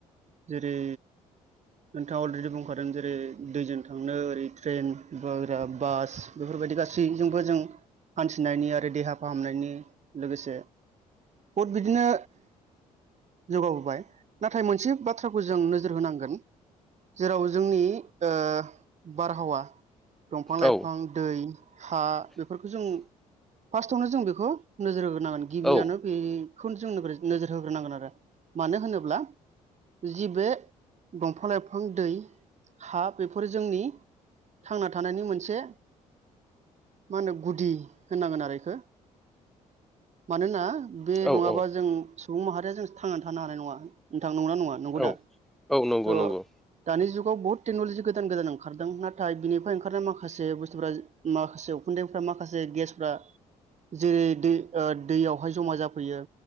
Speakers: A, on the right; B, in the centre.
A: जेरै नोंथाङा अलरेडि बुंखादों जेरै दैजों थांनो ओरै ट्रेन बोग्रा बास बेफोर बायदि गासैजोंबो जों हान्थिनायनि आरो देहा फाहामनायनि लोगोसे। बहुद बिदिनो। जौगाबोबाय नाथाय मोनसे बाथ्राखौ जों नोजोर होनांगोन। जेराव जोंनि ओ-बारहावा। दंफां लाइफां
B: औ
A: दै हा बेफोरखौ जों फार्स्टआवनो जों बेखौ नोजोर होगो नांगोन गिबियावनो
B: औ
A: बे खौनो जोंनो नोगोरै नोजोर होग्रोनांगोन आरो मानो होनोब्ला। जि बे दंफां लाइफां दै हा बेफोरो जोंनि। थांना थानायनि मोनसे। मा होनो गुदि होननांगोन आरो एखो मानोना। बे
B: औ
A: नङाबा
B: औ
A: जों सुबुं माहारिया जों थांनानै थानो हानाय नङा। थां नंगना नङा नंगौ
B: औ
A: दा
B: औ नंगौ
A: ओ-दानि
B: नंगौ
A: जुगाव बहुत टेक्नलजि गोदान गोदान ओंखारदों नाथाय बिनिफ्राय ओंखारनाय माखासे बुस्थुफ्रा माखासे उखुन्दैफ्रा माखासे गेसफ्रा। जेरै दै ओ-दैयावहाय जमा जाफैयो